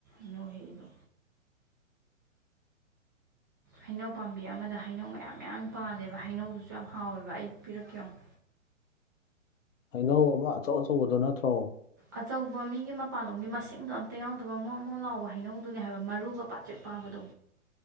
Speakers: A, on the right (about 15°); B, on the left (about 75°).
A: ꯏꯅꯧ ꯍꯦꯛꯗ ꯍꯩꯅꯧ ꯄꯥꯝꯕꯤ ꯑꯃꯗ ꯍꯩꯅꯧ ꯃꯌꯥꯝ-ꯃꯌꯥꯝ ꯄꯥꯜꯂꯦꯕ ꯍꯩꯅꯧꯗꯨꯁꯨ ꯌꯥꯝ ꯍꯥꯎꯋꯦꯕ ꯑꯩ ꯄꯤꯔꯛꯀꯦ ꯌꯦꯡꯎ
B: ꯍꯩꯅꯧ ꯑꯃ ꯑꯆꯧ ꯑꯆꯧꯕꯗꯣ ꯅꯠꯇ꯭ꯔꯣ
A: ꯑꯆꯧꯕ ꯃꯤꯒꯤ ꯃꯄꯥꯟꯂꯣꯝꯒꯤ ꯃꯁꯤꯡꯗꯣ ꯑꯝꯇ ꯌꯥꯎꯗꯕ ꯑꯃꯣꯠ ꯑꯃꯨꯛ ꯂꯥꯎꯕ ꯍꯩꯅꯧꯗꯨꯅꯦ ꯍꯥꯏꯕ ꯃꯔꯨꯒ ꯄꯥꯠ ꯆꯦꯛ ꯄꯥꯕꯗꯣ